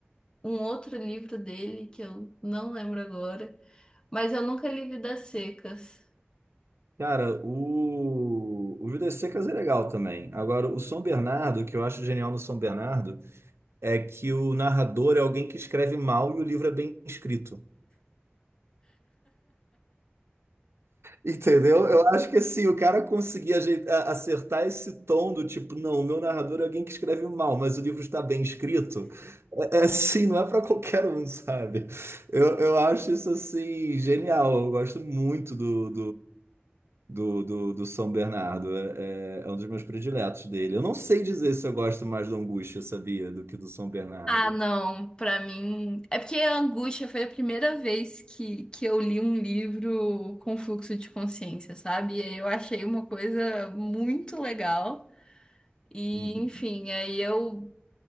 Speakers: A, on the left (about 20°); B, on the right (about 85°).
A: um outro livro dele que eu não lembro agora, mas eu nunca li Vidas Secas.
B: Cara, o, o Vidas Secas é legal também. Agora, o São Bernardo, o que eu acho genial no São Bernardo, é que o narrador é alguém que escreve mal e o livro é bem escrito. Entendeu? Eu acho que assim, o cara conseguir ajeitar- acertar esse tom do tipo, não, o meu narrador é alguém que escreve mal, mas o livro está bem escrito. É, é assim, não é para qualquer um, sabe? Eu, eu acho isso assim, genial. Eu gosto muito do do, do, do São Bernardo. É, é- é um dos meus prediletos dele. Eu não sei dizer se eu gosto mais do Angústia, sabia, do que do São Bernardo.
A: Ah, não, pra mim. É porque a Angústia foi a primeira vez que, que eu li um livro com fluxo de consciência, sabe? E aí eu achei uma coisa muito legal. E,
B: Uhum.
A: enfim, aí eu